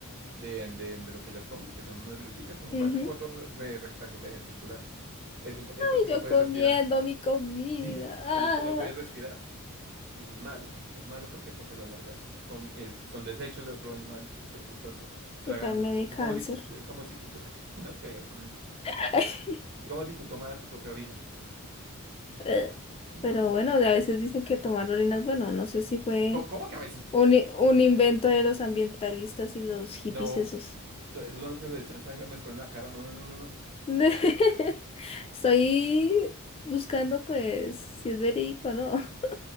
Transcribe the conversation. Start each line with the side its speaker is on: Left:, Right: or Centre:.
Right: de, de, de lo que ellas comen, que son unas viruticas, como
Left: Ujú.
Right: parecen polvo re- re- rectangular, eh, circular. Eso, eso tú
Left: Y
Right: lo
Left: yo
Right: puedes
Left: comiendo
Right: respirar.
Left: mi comida.
Right: <laughs>
Left: Ah,
Right: Eso tú lo puedes respirar. Y eso es malo. Eso es malo porque pues a la larga es comi- es- son desechos de otro animal que tú estás ah, tragando.
Left: ¿qué tal me dé
Right: Es
Left: cáncer?
Right: como si, tú- es como si tú, tú- <laughs> no creo.
Left: <laughs>
Right: Es como si tú tomaras tu propia orina.
Left: Eh,
Right: Entonces,
Left: Pero bueno, a veces dicen que tomar orina es bueno. No sé si fue
Right: ¿cómo, cómo que a veces?
Left: un, i- un invento de los ambientalistas y los hippies
Right: No,
Left: esos.
Right: <laughs> so- esos son los que se echan sangre menstrual en la cara. No, no, no, no. no.
Left: <laughs> Estoy buscando, pues, si es verídico o no. <laughs>